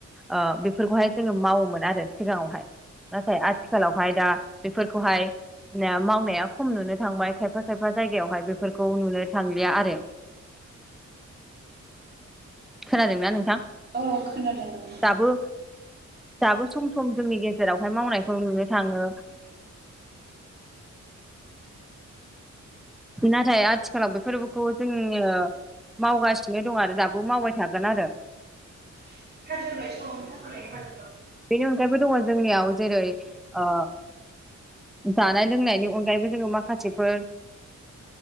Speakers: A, in the centre; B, on the right.
A: ओ बेफोरखौहाय जोङो मावोमोन आरो सिगाङावहाय नाथाय आथिखालावहाय दा बेफोरखौहाय,, मावनाया खम नुनो थांबाय खायफा- खायफा जायगायावहाय बेफोरखौ नुनो थांलिया आरो,,। खोनादोंना नोंथां?
B: औ खोनादों नोंथां
A: दाबो दाबो सम सम जोंनि गेजेराव मावनायखौ नुनो थाङो। नाथाय आथिखालाव बेफोरखौ जोङो मावगासिनो दं आरो दाबो मावबाय थागोन आरो
B: <unintelligible>
A: बेनि अनगायैबो दङ जोंनियाव जेरै ओ जानाय लोंनायनि अनगायैबो जोङो माखासेफोर